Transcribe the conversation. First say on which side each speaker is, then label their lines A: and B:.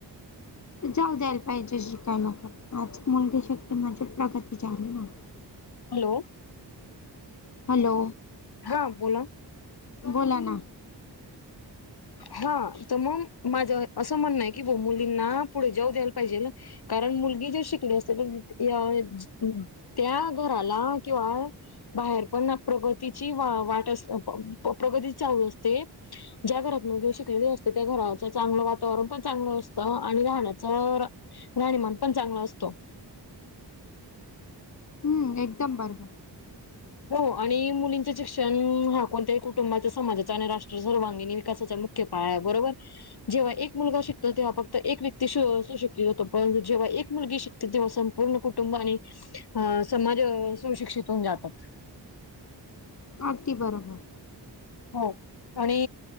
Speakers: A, on the left; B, on the left.
A: जाऊ द्यायला पाहिजे शिकायला पण आज मुलगी शकली म्हणजे प्रगती झाली ना.
B: हॅलो.
A: हॅलो.
B: हां बोला.
A: बोला ना.
B: हा तर मग माझ अस म्हणण आहे की, मुलींना पुढे जाऊ द्यायला पाहिजे. कारण मुलगी जर शिकली असती तर या त्या घराला किंवा बाहेर पण प्रगतीची वा वाट अस प्रगती चालू असते. ज्या घरात. मुलगी शिकलेली असते, त्या घराच चांगल वातावरण पण चांगल असत आणि राहण्याच राहणीमान पण चांगला असतो.
A: हम् एकदम बरोबर.
B: हो आणि मुलींच शिक्षण हा कोणत्याही कुटुंबाचा समाजाचा आणि राष्ट्र सर्वांगीण विकासाचा. की पाया बरोबर. जेव्हा एक मुलगा शिकतो, तेव्हा फक्त एक व्यक्ती सुशिक्षित होतो, पण जेव्हा एक मुलगी शि ते तेव्हा संपूर्ण कुटुंब आणि समाज सुशिक्षित होऊन जातात. <inaudible>
A: अगदी बरोबर.
B: हो आणि.